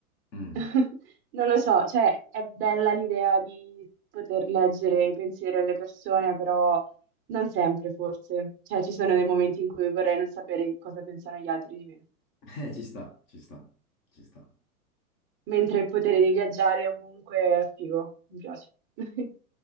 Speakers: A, on the left; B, on the right.
A: mm,
B: <laughs> Non lo so, cioè è bella l'idea di poter leggere i pensieri delle persone, però non sempre forse. Cioè ci sono dei momenti in cui vorrei non sapere che cosa pensano gli altri di me.
A: <laughs> eh, ci sta, ci sta, ci sta.
B: Mentre il potere di viaggiare ovunque è figo, mi piace. <laughs>